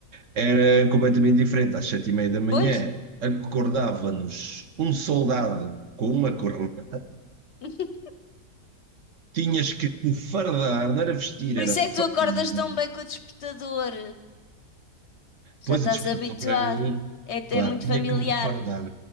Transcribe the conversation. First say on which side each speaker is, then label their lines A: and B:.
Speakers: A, on the right; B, on the left.
A: era completamente diferente. Às sete e meia da manhã
B: Pois.
A: acordava-nos um soldado com uma corneta,
B: <laughs>
A: tinhas que te fardar, não era vestir,
B: Por
A: era
B: isso
A: fardar,
B: é que tu acordas tão bem com o despertador.
A: Pois
B: Já estás
A: o despertador
B: habituado.
A: para mim,
B: É
A: claro,
B: é muito
A: tinha
B: familiar.
A: que me fardar.